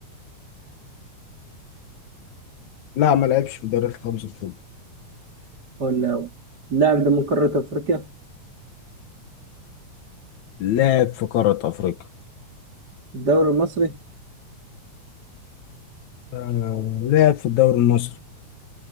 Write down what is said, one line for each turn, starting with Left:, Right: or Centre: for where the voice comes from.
Left: لا ما لعبش في الدوريات الخمسة الكبرى
Right: ولا هو اللاعب ده من قارة أفريقيا
Left: لعب في قارة أفريقيا
Right: الدوري المصري
Left: آه لعب في الدوري المصري